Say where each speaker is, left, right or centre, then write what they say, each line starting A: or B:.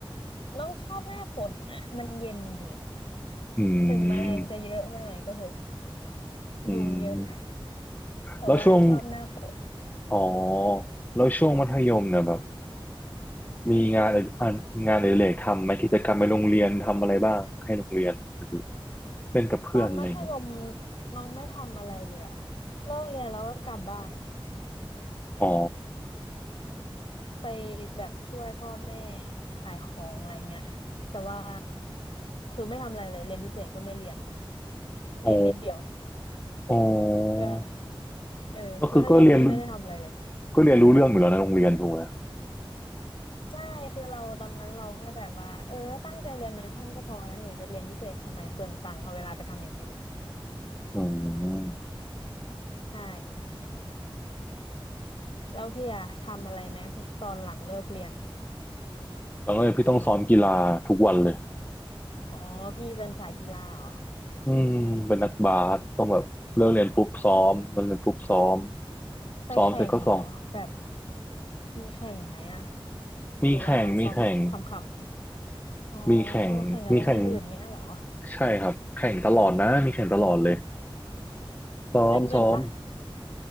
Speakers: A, on the left; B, on the left.
A: น้องชอบหน้าฝนนะมันเย็นดี
B: อื
A: ถึงแมลงจะเยอะไปหน่อยก็เหอะ
B: มอืม
A: ยุงเยอะแต่ว่าชอบหน้าฝน
B: แล้วช่วงอ๋อแล้วช่วงมัธยมเนี่ยแบบ มีงานอ่านงานอดิเรกทำไหมกิจกรรมในโรงเรียนทำอะไรบ้างให้โรงเรียนหรือเล่นกับเพื่อนอะไรเงี้ย
A: ตอนมัธยมน้องไม่ทำอะไรเลยอะเลิกเรียนแล้วก็กลับบ้าน
B: อ๋อ
A: ไปแบบช่วยพ่อแม่ขายของอะไรเงี้ยแต่ว่าคือไม่ทำอะไรเลยเรียนพิเศษก็ไม่เรียนเรียนนิดเดียว
B: อ๋ออ๋อ
A: ก็เออมัธยมนี่ไม่ได้ทำอะไรเลย
B: ก็คือก็เรียนรู้ก็เรียนรู้เรื่องอยู่แล้วในะโรงเรียนถูกไหม
A: ใช่คือเราตอนนั้นเราแค่แบบว่าเออตั้งใจเรียนในห้องก็พอแล้วนี่จะเรียนพิเศษทำไมเปลืองตังค์เอาเวลาไปทำอย่างอื่น
B: อืม
A: ใช่แล้วพี่อะทำอะไรไหมตอนหลังเลิกเรียน
B: แล้วก็เลยพี่ต้องซ้อมกีฬาทุกวันเลย
A: อ๋อพี่เป็นสายกีฬาเหรอ
B: อืมเป็นนักบาสต้องแบบเลิกเรียนปุ๊บซ้อมเลิกเรียนปุ๊บซ้อม
A: ไปแข่งเหรอแบบ
B: ซ้อมเสร็จก็ส่ง
A: มีแข่งไหมอะ
B: มีแข่งมีแข่ง
A: หรือว่าซ้อมขำ อ๋อ
B: มีแข่งมีแข่ง
A: แข่งกับโรงเรียนอื่นเงี้ยเหรอ
B: ใช่ครับแข่งตลอดนะมีแข่งตลอดเลย ซ้อมซ้อม
A: ได้เงินปะ